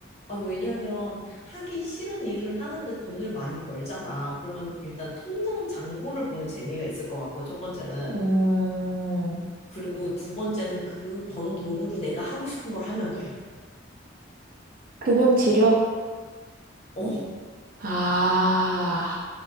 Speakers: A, on the left; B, on the right.
A: 아, 왜냐하면 하기 싫은 일을 하는데 돈을 많이 벌잖아. 그러면 일단 통장 잔고를 보는 재미가 있을 것 같고, 첫 번째는.
B: 음.
A: 그리고 두 번째는 그 번 돈으로 내가 하고 싶은 걸 하면 돼.
B: 금융치료?
A: 어,
B: 아,